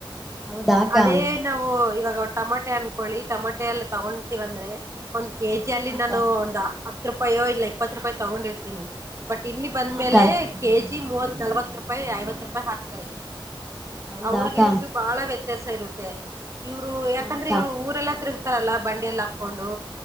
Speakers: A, in the centre; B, on the right.
A: ಹೌದಾ ಅಕ್ಕ ಹಾ
B: ಅದೇ ನಾವು ಇವಾಗ ಟಮಾಟೆ ಅನ್ಕೊಳ್ಳಿ ಟಮಾಟೆ ಎಲ್ಲ ತಗೊತೀವಂದ್ರೆ. ಒಂದ್ ಕೆಜಿ ಅಲ್ಲಿ
A: ಅಕ್ಕ
B: ನಾನು ಒಂದ್ ಹತ್ತು ರೂಪಾಯೋ ಇಲ್ಲ ಇಪ್ಪತ್ತು ರೂಪಾಯ ತಗೊಂಡಿರ್ತೀನಿ. ಬಟ್ ಇಲ್ಲಿ ಬಂದ್ಮೇಲೆ
A: ಹಾ ಅಕ್ಕ
B: ಕೆಜಿ ಮೂವತ್ ನಲ್ವತ್ ರೂಪಾಯಿ ಐವತ್ ರೂಪಾಯಿ ಹಾಕ್ತಾರೆ ಇಲ್ಲಿ.
A: ಹೌದಾ
B: ಅವ್ರಗ
A: ಅಕ್ಕ ಹಾ
B: ಇವ್ರಿಗಿ ಬಾಳ ವ್ಯತ್ಯಾಸ ಇರುತ್ತೆ ಇವ್ರು ಯಾಕಂದ್ರೆ
A: ಅಕ್ಕ
B: ಇವ್ರ ಊರೆಲ್ಲಾ ತಿರುಗ. ರಲ್ಲ ಬಂಡಿಯಲ್ಲಿ ಹಾಕೊಂಡು